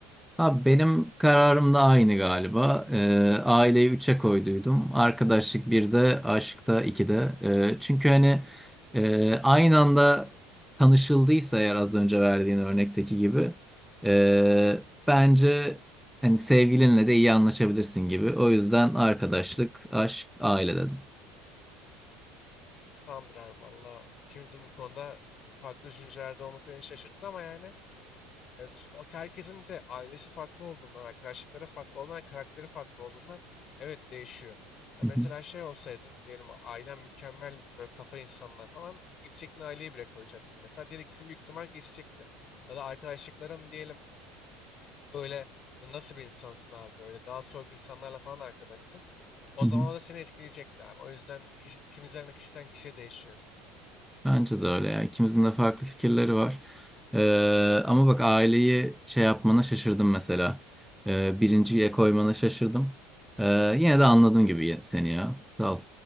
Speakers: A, in the centre; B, on the left.
A: Abi benim kararım da aynı galiba. Ee, aileyi üçe koyduydum. Arkadaşlık birde, aşkta ikide. Ee, çünkü hani e, aynı anda tanışıldıysa eğer az önce verdiğin örnekteki gibi e, bence hani sevgilinle de iyi anlaşabilirsin gibi. O yüzden arkadaşlık, aşk, aile dedim.
B: Tamamdır abi valla. ikimizin bu konuda farklı düşüncelerde olması beni şaşırttı ama yani e, s- o herkesin de ailesi farklı olduğundan, arkadaşlıkları farklı olduğundan, karakteri farklı olduğundan evet değişiyor. Ya
A: Hı
B: mesela
A: hı,
B: şey olsaydın diyelim ailen mükemmel böyle kafa insanlar falan gidecektin aileyi bile koyacaktın. Mesela diğer ikisini büyük ihtimal geçecekti. Ya da arkadaşlıkların diyelim Öyle nasıl bir insansın abi böyle daha soğuk insanlarla falan arkadaşsın. O
A: hı hı.
B: zaman o da seni etkileyecekti abi. O yüzden kişi, kimizden kişiden kişiye değişiyor.
A: Bence de öyle ya. İkimizin de farklı fikirleri var. Ee, ama bak aileyi şey yapmana şaşırdım mesela. Ee, birinciye koymana şaşırdım. Ee, yine de anladım gibi seni ya. Sağ ol.